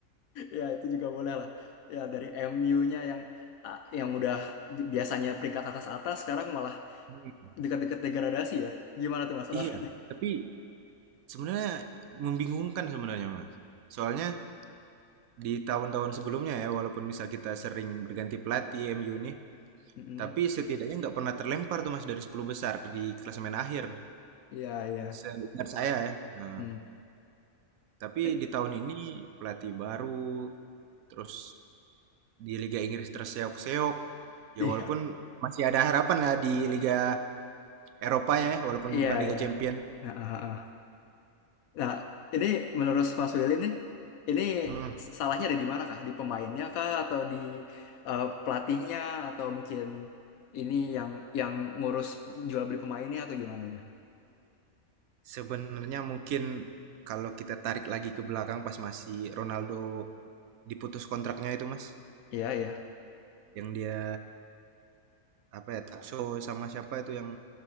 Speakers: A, on the left; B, on the right.
A: Ya itu juga boleh lah. Ya dari MU-nya yang ah, yang udah di- biasanya peringkat atas-atas sekarang malah
B: Hmm,
A: dekat-dekat degradasi ya. Gimana tuh Mas perasaannya?
B: Iya, tapi sebenarnya membingungkan sebenarnya, Mas. Soalnya di tahun-tahun sebelumnya ya, walaupun misal kita sering berganti pelatih MU nih,
A: Mm-mm.
B: tapi setidaknya nggak pernah terlempar tuh Mas dari 10 besar di klasemen akhir.
A: Iya, iya.
B: Seingat saya ya. Nah,
A: Hmm.
B: tapi
A: Eh,
B: di tahun ini pelatih baru, terus di Liga Inggris terseok-seok. Ya
A: Iya,
B: walaupun masih ada harapan lah di Liga Eropa ya, walaupun
A: iya,
B: bukan Liga
A: iya.
B: Champion.
A: Nah, ah, ah. ah. Nah, ini menurut Mas Willy nih, ini
B: Hmm.
A: s- salahnya ada di mana kah? Di pemainnya kah atau di eh, pelatihnya atau mungkin ini yang yang ngurus jual beli pemainnya atau gimana enggak?
B: Sebenarnya mungkin kalau kita tarik lagi ke belakang pas masih Ronaldo diputus kontraknya itu mas,
A: Iya, iya.
B: yang dia apa ya Takso sama siapa itu yang